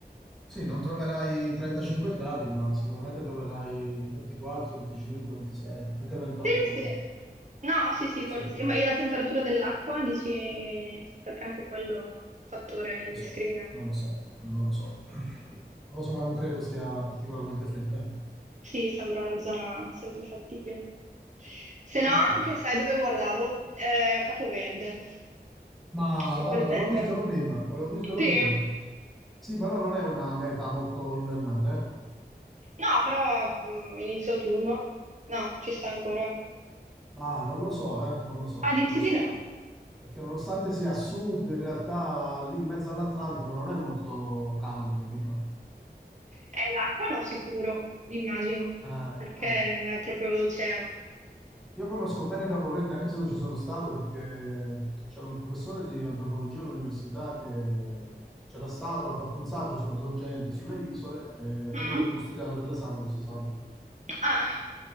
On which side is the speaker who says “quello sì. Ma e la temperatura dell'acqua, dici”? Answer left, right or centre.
Right